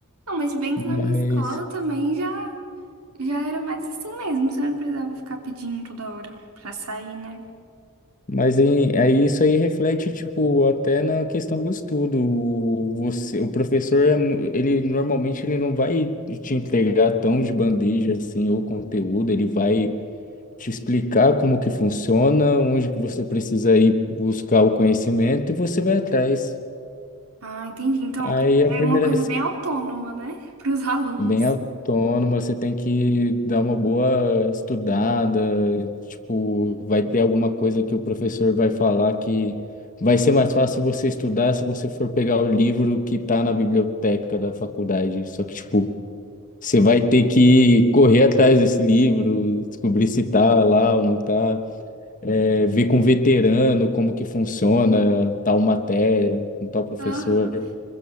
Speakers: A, on the right (about 75°); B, on the left (about 35°).
A: Não, mas bem
B: Mas
A: que na minha escola também já, já era mais assim mesmo. Você não precisava ficar pedindo toda hora pra sair, né?
B: Mas aí, aí isso aí reflete, tipo, até na questão do estudo. O- Você, o professor, é mu- ele normalmente ele não vai te entregar tão de bandeja assim o conteúdo, ele vai te explicar como que funciona, onde que você precisa ir buscar o conhecimento e você vai atrás.
A: Ah, entendi. Então,
B: Aí a
A: é
B: primeira,
A: uma coisa bem autônoma, né? <laughs> para os alunos.
B: bem autônoma, você tem que dar uma boa estudada, tipo, vai ter alguma coisa que o professor vai falar que vai ser mais fácil você estudar se você for pegar o livro que tá na biblioteca da faculdade. Só que, tipo, você vai ter que correr atrás desse livro, descobrir se tá lá ou não tá. é, ver com veterano como que funciona tal matéria, com tal professor.
A: Aham.